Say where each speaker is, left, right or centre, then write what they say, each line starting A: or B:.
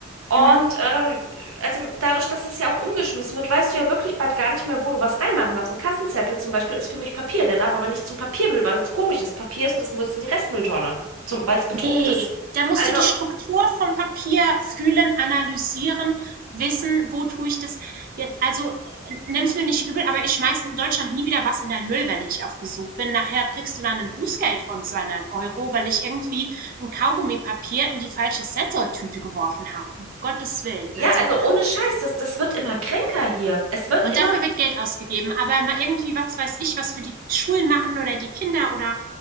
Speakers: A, on the right; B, on the right.
A: und
B: Mhm.
A: ähm, also dadurch, dass das ja auch umgeschmissen wird, weißt du ja wirklich bald gar nicht mehr, wo du was reinmachen darfst. Ein Kassenzettel zum Beispiel ist für mich Papier, der darf aber nicht zum Papiermüll, weil das komisch ist. Papier ist und das muss in die Restmülltonne, zum, weil es bedruckt
B: Ne,
A: ist.
B: da musst
A: Also,
B: du die Struktur vom Papier fühlen, analysieren, wissen, wo tue ich das jetzt. Also äh, nimm's mir nicht übel, aber ich schmeiß in Deutschland nie wieder was in deinen Müll, wenn ich auf Besuch bin. Nachher kriegst du dann ein Bußgeld von 200 Euro, weil ich irgendwie ein Kaugummipapier in die falsche Sensortüte geworfen habe. Um Gottes Willen.
A: ja,
B: Also
A: also ohne Scheiß, das, das wird immer kränker hier. Es wird
B: und
A: immer,
B: dafür wird Geld ausgegeben. Aber mal irgendwie, was weiß ich, was für die Schulen machen oder die Kinder oder